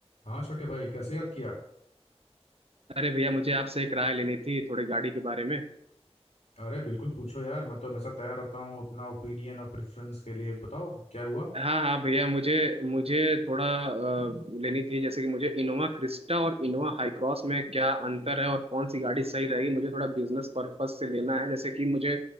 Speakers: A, on the left; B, on the right.
A: हाँ छोटे भाई कैसे याद किया
B: अरे भैया मुझे आपसे एक राय लेनी थी थोड़ी गाड़ी के बारे में
A: अरे बिल्कुल पूछो यार मैं तो हमेशा तैयार रहता हूँ अपना ओपिनियन और प्रेफरेंस के लिए बताओ क्या हुआ
B: हाँ हाँ भैया मुझे मुझे थोड़ा अ, लेनी थी जैसे कि मुझे इनोवा क्रिस्टा और इनोवा हाई क्रॉस में क्या अंतर है और कौन सी गाड़ी सही रहेगी मुझे थोड़ा बिजनेस पर्पज से लेना है जैसे कि मुझे